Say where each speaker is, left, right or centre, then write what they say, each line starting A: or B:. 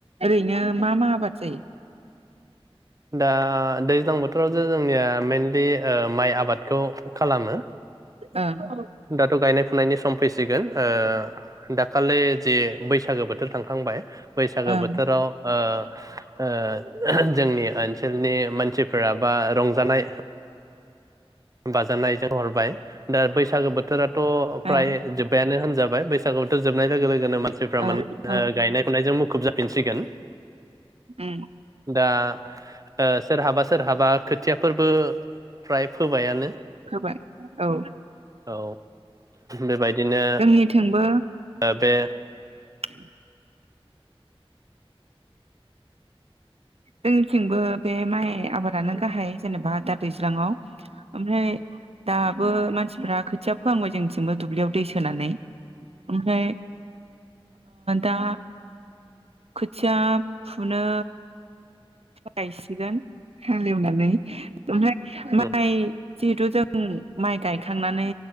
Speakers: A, on the right; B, on the right.
A: ओरैनो मा मा आबाद जायो?
B: दा दैज्लां बोथोराव जे जोंनिया मेनलि ऐ माइ आबादखौ खालामो।
A: ओं
B: दाथ' गायनाय फुनायनि सम फैसिगोन ओ दाखालि जे बैसागो बोथोर थांखांबाय। बैसागो
A: ओं
B: बोथोराव ओ ओ जोंनि ओनसोलनि मानसिफोरा बा रंजानाय बाजानायजों हरबाय दा बैसागो बोथोरा थ फ्राय
A: ओं
B: जोबबायानो हो जाबाय बैसागो बोथोर जोबनाय लोगो लोगो नो मानसिफ्रा
A: औ
B: मा
A: औ
B: ओ गायनाय फुनायजों मुखुब जा फिनसिगोन।
A: उम
B: दा ओ सोरहाबा सो सोरहाबा खोथियाफोरबो फ्राय फोबायानो
A: फोबाय औ
B: औ बेबायदिनो
A: जोंनिथिंबो
B: ओ बे
A: <inaudible> जोंनिथिंबो बे माइ आबादानो गाहाइ जेनेबा दा दैज्लांआव ओमफ्राय दाबो मानसिफ्रा खोथिया फोहांबाय जोंनिथिंबो दुब्लियाव दै सोनानै ओमफ्राय दा खोथिया फुनो गायसिगोन हालेवनानै फ्राय
B: उम
A: माइ जिहेथु जों माइ गायखांनानै